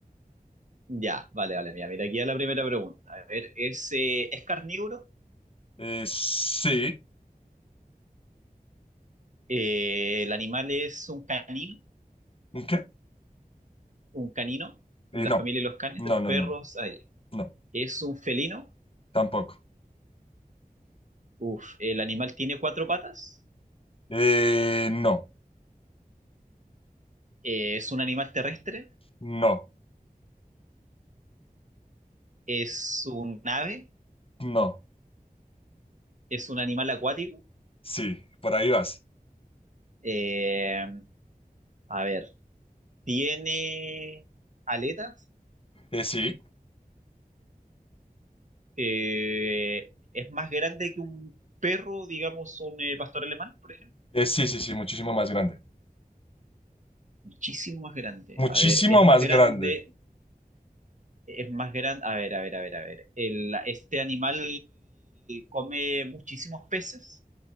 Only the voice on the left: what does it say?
Eh, sí.
¿Un ¿Qué?
Eh,
no.
No,
no,
no.
No.
Tampoco.
Eh, no.
No.
No.
Sí. Por ahí vas.
Eh, sí.
Eh, sí, sí, sí. Muchísimo más grande.
Muchísimo
más
grande.